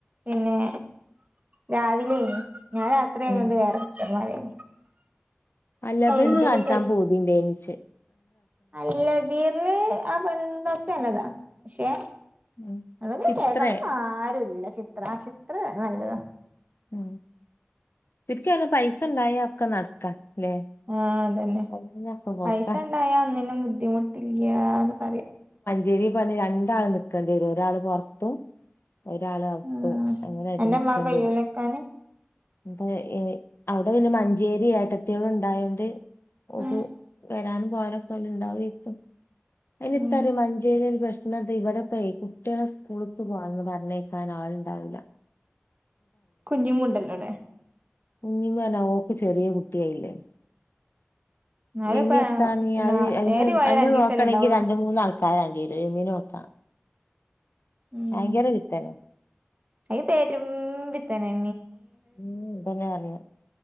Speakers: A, on the right (about 35°); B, on the left (about 65°).
A: പിന്നെ രാവിലെ ഞാൻ രാത്രിയ
B: ഉം
A: കൊണ്ട് വേറെ സിസ്റ്റർമാർയെന്നു
B: അൽ അബീറിൽകാണിക്കാൻ
A: എന്തൊരു
B: പൂതിയുണ്ടായിരുന്നുച്
A: അൽഅബീറിൽ ആപെണ്ണ്ടോക്ടർനല്ലതാ പക്ഷെ
B: ഉം
A: അ
B: ചിത്രേ
A: കേക്കളന്ന ആരുുംല്ല ചിത്ര ആ ചിത്ര നല്ലതാ <unintelligible>
B: ഉ ശരിക്ക പൈസ ഉണ്ടായ ഒക്കെ നടക്കാ ല്ലേ
A: ആഹ അതന്നെ
B: അല്ലാഞ്ഞ ഒക്കെ പോക്കാ
A: പൈസ ഉണ്ടായാ അന്നിനും ബുദ്ധിമുട്ടി ഇല്ല്യാന്ന് പറയാ
B: ചിരി പറഞ്ഞഞ് രണ്ടാൾ നക്കേണ്ടി വരും ഒരാൾ പുൊറത്തും ഒരാള അപ്പും
A: ഉം
B: അങ്ങനെയായിട്ട്
A: എന്റെ
B: നിക്കണ്ടിവരും
A: ഉമ്മാക്ക് കയ്യൂലക്കാന്
B: ഇപ്പ അവിടെ പിന്നെ മഞ്ചേരി ഏട്ടത്തിൾ ഉണ്ടായോണ്ട് ഓപ്പ്
A: ഉം
B: വരാനും പോവാനൊക്കെ ഓല്ഇണ്ടാവുയ്ക്കും അതിന്
A: ഉം
B: എന്താന്നറിയോ മഞ്ചേരി ഒരു പ്രശ്നം പിന്നെയെന്താ ഇവിടപ്പം കുട്ടികളെ സ്കൂൾക് പോകന്ന് പറഞ്ഞേക്കാൻ ആളുണ്ടാവില്ല
A: കുഞ്ഞും മുണ്ടല്ലോണേ
B: ഉിമനങ്ങോക്ക് ചെറിയ കുട്ടിയായില്ലേ <unintelligible>
A: എന്നാലും
B: ഇനി
A: ഇപ്പ
B: എത്താനീ
A: എന്നാ
B: അ അ
A: ഏറി പോയ
B: അയിെ
A: ഒരു അഞ്ചീസല്ലേ
B: നോക്കണമെങ്കി
A: ഉണ്ടാവുള്ളൂ
B: രണ്ടമൂന്ന ആൾക്കാര് വേണ്ടിവരും മീന്നോത്ത <unintelligible>
A: ഉം
B: ഭയങ്കര പിത്തനെ
A: അത് പേരുംപിതനെ
B: ഉം പിന്നെ അറിയ